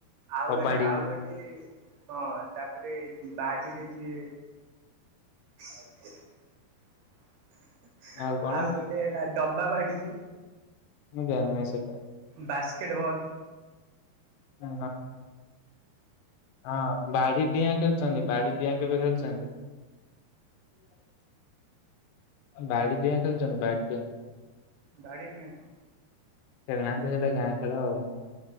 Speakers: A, on the right (about 80°); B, on the left (about 85°).
A: ଆଉ
B: କବାଡି
A: ଗୋଟେ ଆଉ ଗୋଟେ ହଁ ତାପରେ ବାଡିରେ ଯିଏ। ଆଉ
B: ଆଉ କଣ
A: ଗୋଟେ ହେଲା ଡବା ବାଡି ଯୋଉ।
B: ମୁଁ ଜାଣିନେଇ ସେଇଟା।
A: ବାସ୍କେଟବଲ।
B: ହଁ ହଁ ବାଡି ଡିଆଁ ଖେଳିଛନ୍ତି ବାଡି <unintelligible> ଖେଳିଛନ୍ତି। <unintelligible> ବାଡ଼ି ଡ଼ିଆଁ ଖେଳିଛ ନା ବାଡ଼ି ଡିଆଁ।
A: ବାଡ଼ି ଡିଆଁ କଣ।
B: ଖେଳି ନାହାଁନ୍ତି ସେଇଟା ଗାଁ ଖେଳ ଆଉ